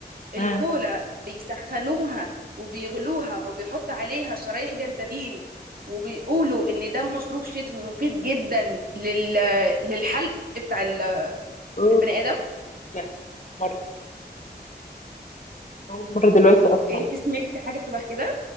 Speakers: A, on the right; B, on the left.
A: الكولا
B: مم.
A: بيسخنوها وبيغلوها وبيحط عليها شرايح جنزبيل وبيقولوا ان ده مشروب شتوي مفيد جدا لل... للحلق بتاع ال-
B: اوه
A: البني ادم
B: لا أول مره اسمع اول مره دلوقتي اسمع
A: انت سمعتي حاجه شبه كده